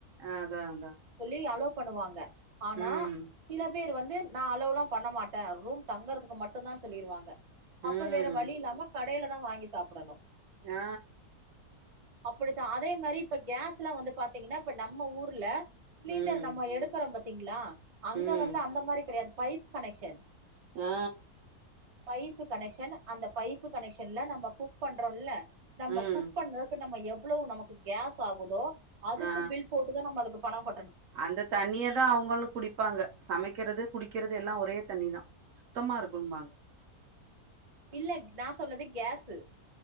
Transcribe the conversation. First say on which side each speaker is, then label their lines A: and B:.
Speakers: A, on the right; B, on the right.
A: அதா அதா
B: கி அலோ பண்ணுவாங்க ஆனா
A: ம்
B: சில பேர் வந்து நா அலோவுலா பண்ண மாட்டே ரூம் தங்கறதுக்கு மட்டுந்தான் சொல்லீருவாங்க
A: ம்
B: அப்ப வேற வழி இல்லாம கடைல வும் வாங்கி சாப்பிடணும்
A: ஆ
B: அப்பிடித்தான் அதே மாரி இப்ப கேஸ்ல வந்து பாத்தீங்கன்னா இப்ப நம்ம ஊர்ல சிலிண்டர்
A: ம்
B: நம்ம எடுக்கரம்ப த்தீங்களா அங்க
A: ம்
B: வந்து அந்த மாரி கெடையாது பைப் கனெக்க்ஷன்
A: ஆ
B: பைப்பு கனெக்க்ஷன் அந்த பைப்பு கனெக்க்ஷன்ல நம்ப குக் பண்றோம்ல்ல நம்ப
A: ம்
B: குக் பண்றப்ப நம்ப எவ் எவ்வளவு நமக்கு கேஸ் ஆகுதோ அதுக்கு
A: ஆ
B: பில் போட்டுதான் நம்ம அதுக்கு பணம்
A: அந்த தண்ணிய தான் அவங்களும் குடிப்பாங்க. சமைக் குக்கிறது குடிக்கிறது எல்லாம் ஒரே தண்ணி தான் சுத்தமா இருக்கும்
B: ம்
A: பாங்க
B: இல்ல நான் சொன்னது கேஸு